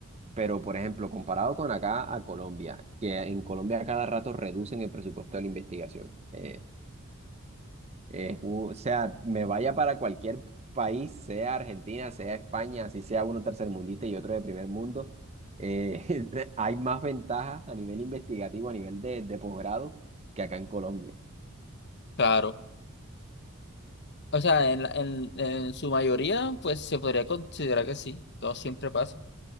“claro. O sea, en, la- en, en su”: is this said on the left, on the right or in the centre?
Left